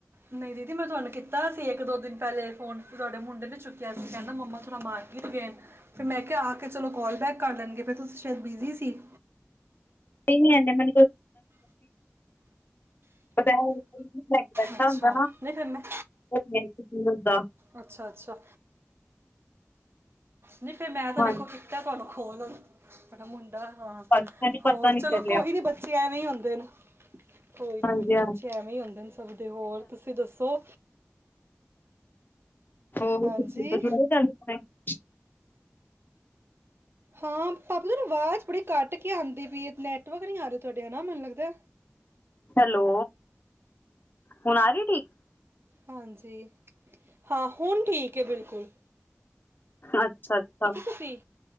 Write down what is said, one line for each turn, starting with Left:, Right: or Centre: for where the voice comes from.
Right: ਨਹੀਂ ਦੀਦੀ ਮੈਂ ਤੁਹਾਨੂੰ ਕੀਤਾ ਸੀ, ਇੱਕ ਦੋ ਦਿਨ ਪਹਿਲੇ ਫੋਨ, ਫਿਰ ਤੁਹਾਡੇ ਮੁੰਡੇ ਨੇ ਚੁੱਕਿਆ ਸੀ ਕਹਿੰਦਾ ਮੰਮਾ ਥੋੜ੍ਹਾ ਬਾਹਰ ਗਏਨੇ ਫਿਰ ਮੈਂ ਕਿਹਾ ਆ ਕੇ ਚਲੋ, ਕਾਲ ਬੈਕ ਕਰ ਲੈਣਗੇ ਫਿਰ ਤੁਸੀਂ ਸ਼ਾਇਦ ਬਿਜ਼ੀ ਸੀ।
Left: ੇ ਮੈਨੂੰ <inaudible> ਸਾ
Right: ਅੱਛਾ
Left: ਹੁੰਦਾ ਨਾ ਕੀ
Right: ਨਹੀਂ ਫਿਰ ਮੈਂ
Left: ਹੁੰਦਾ <inaudible>
Right: ਅੱਛਾ -ਅੱਛਾ। ਨਹੀਂ, ਫਿਰ ਮੈਂ ਤਾਂ
Left: ਹਾਂ
Right: ਵੇਖੋ ਕੀਤਾ ਤਾਨੂੰ ਖੋਲ ਬਾ ਮੁੰਡਾ <inaudible> ਹਾਂ
Left: ਮੈਨੂੰ
Right: ਹੋਰ
Left: ਪਤਾ
Right: ਚਲੋ
Left: ਨੀ ਚੱਲਿਆ
Right: ਕੋਈ ਨੀ ਬੱਚੇ ਐਵੇਂ ਹੀ ਹੁੰਦੇ ਨੇ ਕੋਈ ਨੀ
Left: ਹਾਂਜੀ
Right: ਕੋਈ ਨੀ
Left: ਹਾਂ
Right: ਬੱਚੇ ਐਵੇਂ ਹੀ ਹੁੰਦੇ ਸਭ ਦੇ ਹੋਰ ਤੁਸੀਂ ਦੱਸੋ
Left: ਹੋ
Right: ਹਾਂਜੀ
Left: ਜੜ ਚ
Right: ਹਾਂ ਪਾਪ ਤੂੰ ਆਵਾਜ਼ ਬੜੀ ਕੱਟ ਕੇ ਆਉਂਦੀ ਪਈ ਨੈਟਵਰਕ ਨਹੀਂ ਆ ਰ ਤੁਹਾਡੇ ਮੈਨੂੰ ਲੱਗਦਾ
Left: ਹੈਲੋ ਹੁਣ ਆ ਰਹੀ ਠੀਕ
Right: ਹਾਂਜੀ ਹਾਂ ਹੁਣ ਠੀਕ ਹੈ ਬਿਲਕੁਲ ਅਤੇ
Left: ਅੱਛਾ ਅੱਛਾ
Right: ਤੁਸੀਂ